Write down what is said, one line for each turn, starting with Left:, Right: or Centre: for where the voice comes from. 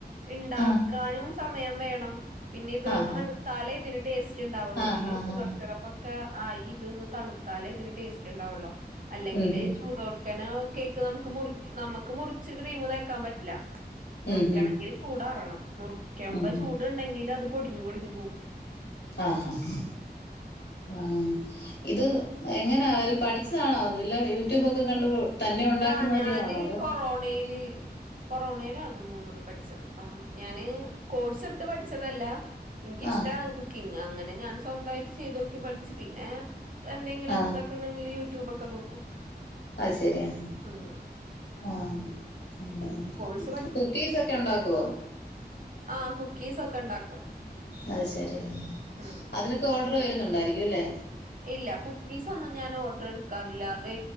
Right: ഇണ്ടാക്കാനും.
Left: ആ
Right: സമെയം വേണം. പിന്നെ ഇത്
Left: ആഹാ
Right: തണുത്താലേ ഇതിന് ടേസ്റ്റ് ഉണ്ടാവുള്ളൂ
Left: ആഹാ
Right: ഇതില്. ഷുഗർ
Left: ഹാ
Right: സിറപ്പ ക്കെ ആഹ ഇതൊന്ന് തണുത്താലേ ഇതിന് ടേസ്റ്റ് ഉണ്ടാവെല്ലോ അല്ലെങ്കില്
Left: ഉം ഹും
Right: ചൂടോട് ക്കെനാ കേക്ക് നമുക്ക് മു നമുക്ക് മുറിച്ച് ക്രീം തേക്കാൻ പറ്റില്ല. മുറിക്കണെങ്കിൽ
Left: ഉം ഹും
Right: ചൂടാറണം. മുറിക്കമ്പ
Left: ഉം ഹും
Right: ചൂടുണ്ടെങ്കിൽ അത് പൊടിഞ്ഞു പൊടിഞ്ഞു പോവും.
Left: ആഹ് ആഹ് ഹാ ആഹ ഇത് എങ്ങനെയാ വെല്ല് പഠിച്ചതാണോ വെല്ല യൂട്യൂബൊക്കെ കണ്ട്? തന്നെ ഉണ്ടാക്കി
Right: ആഹ്
Left: നോക്കിയതാണോ
Right: ഞാന്
Left: അതോ
Right: കൊറോണയില് കൊറോണയിലാണെന്നോ ന്നണ് പഠിച്ചത്. ആഹ് ഞാന് കോഴ്സ് എടുത്ത് പഠിച്ചതല്ല. എനിക്കിഷ്റ്റാണ്
Left: ആ
Right: കുക്കിങ്. അങ്ങനെ ഞാൻ സ്വന്തവായിട്ട് ചെയ്ത് നോക്കി പഠിച്ചു പിന്നെ. എന്തെങ്കിലുംഇതൊക്ക
Left: ആ
Right: ഉണ്ടാക്കണെങ്കിൽ യൂട്യൂബ് ഒക്കെ നോക്കും.
Left: അത് ശെരിയാ
Right: ഉം
Left: ആഹ് മ്
Right: കോഴ്സ്
Left: കുക്കീസ് ഒക്കെ ഒണ്ടാക്കുവോ?
Right: ആഹ കുക്കീസ് ഒക്കെ ഉണ്ടാക്കും.
Left: അത് ശെരിയ.
Right: ഉം
Left: അതിനെക്കെ ഓർഡെറ് വെരുന്നുണ്ടായിരിക്കും അല്ലേ?
Right: ഇല്ല. കുക്കീസ് ഒന്നും ഞാൻ ഓർഡെറ് എടുക്കാറില്ല. അതെ